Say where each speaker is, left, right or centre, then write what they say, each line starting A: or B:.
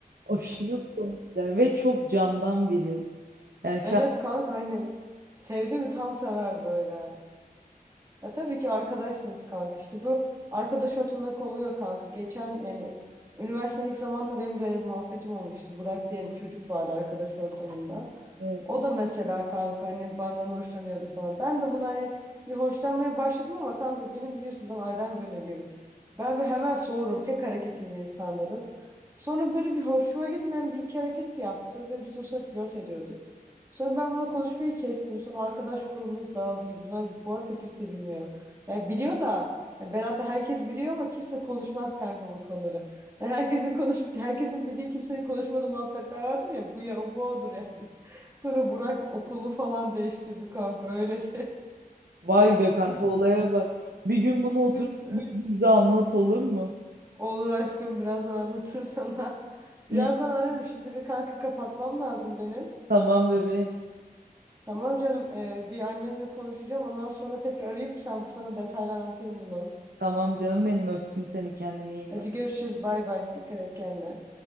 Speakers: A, on the right; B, on the right.
A: aşırı komikler ve çok candan biri. Yani Şahin
B: Evet kanka hani sevdi mi tam sever böyle. Ya tabii ki arkadaşsınız kanka. İşte bu arkadaş ortamında kolluyor kanka. Geçen yani üniversitenin ilk zamanında benim de öyle bir muhabbetim olmuştu. Burak diye bir çocuk vardı arkadaş ortamında.
A: evet.
B: O da mesela kanka hani benden hoşlanıyordu falan. Ben de bunu hani bir hoşlanmaya başladım ama kanka benim biliyorsun ben ayran gönüllüyüm. Ben bir hemen soğurum tek hareketiyle insanların. Sonra böyle bir hoşuma gitmeyen bir iki hareket yaptı ve biz o sıra flört ediyorduk. Sonra ben bunu konuşmayı kestim. Sonra arkadaş grubumuz dağıldı gibi. Bunlar bu arada kimse bilmiyor. Yani biliyor da ya Berat'ı herkes biliyor ama kimse konuşmaz kanka bu konuları. Hani herkesin konuşup herkesin bildiği kimsenin konuşmadığı muhabbetler vardır ya bu ya bu odur yani. <laughs> Sonra Burak okulunu falan değiştirdi kanka öyle de.
A: Vay be
B: <laughs> Biz
A: kanka
B: hiç
A: olaya bak. Bir gün bunu
B: biz
A: otur bize anlat olur mu?
B: olur aşkım birazdan anlatırım sana. <laughs>
A: İyi
B: Birazdan ararım şimdi bir kanka kapatmam lazım benim.
A: tamam bebeğim.
B: Tamam canım. e, bir annemle konuşacağım. Ondan sonra tekrar arayayım. Sen sana detaylı anlatayım bunu.
A: Tamam canım benim öptüm seni kendine iyi
B: Hadi
A: bak.
B: görüşürüz. Bay bay. Dikkat et kendine.